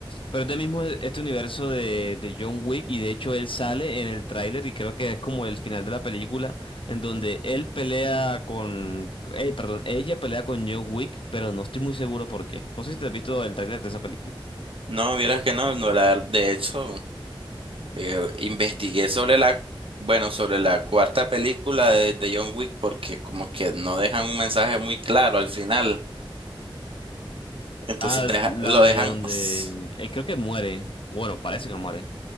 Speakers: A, on the left (about 65°); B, on the right (about 75°).
A: Pero es del mismo este universo de, de John Wick y de hecho él sale en el tráiler y creo que es como el final de la película en donde él pelea con... eh, perdón, ella pelea con John Wick, pero no estoy muy seguro por qué. No sé si te has visto el tráiler de esa película.
B: No, vieras que no, no la, de hecho, eh, investigué sobre la, bueno, sobre la cuarta película de, de John Wick porque como que no dejan un mensaje muy claro al final, entonces
A: Ah,
B: deja-
A: la
B: lo
A: de
B: dejan,
A: donde...
B: s-
A: eh, creo que muere. Bueno, parece que muere.